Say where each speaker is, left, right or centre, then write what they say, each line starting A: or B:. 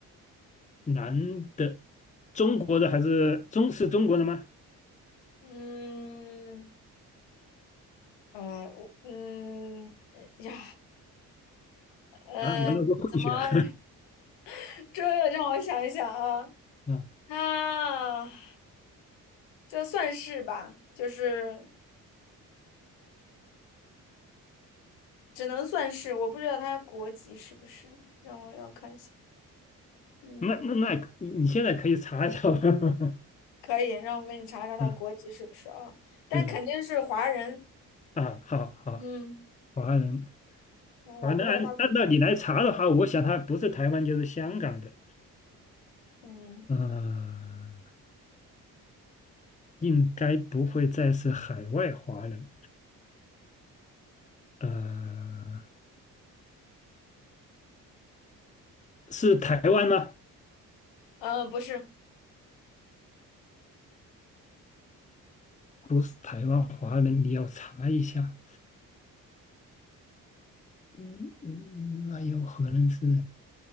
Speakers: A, on the left; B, on the left.
A: 男的，中国的还是中是中国的吗？
B: 嗯，呃，我嗯，哎呀，呃，
A: 啊，难道是混血啊？
B: 怎么，<laughs> 这让我想一想啊，
A: <laughs> 啊，
B: 他就算是吧，就是。只能算是，我不知道他国籍是不是，让我让我看一下，嗯，
A: 那那那，你现在可以查一下吧。<laughs>
B: 可以，让我给你查查他国籍是不是啊？
A: 嗯，
B: 但肯定是华人，
A: 对啊，好好，
B: 嗯，
A: 华人，
B: 嗯我不知道他，
A: 华人按按道理来查的话，我想他不是台湾就是香港的，
B: 嗯，
A: 呃，应该不会再是海外华人，呃，是台湾吗？
B: 呃，不是，
A: 不是台湾华人，你要查一下。嗯嗯，那有可能是